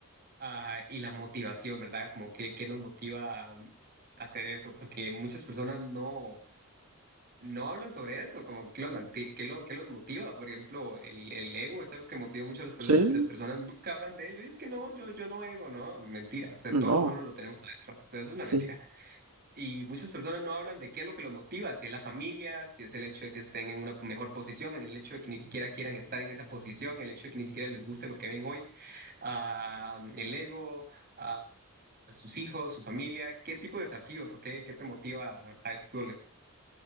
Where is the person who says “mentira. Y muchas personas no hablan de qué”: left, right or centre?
Right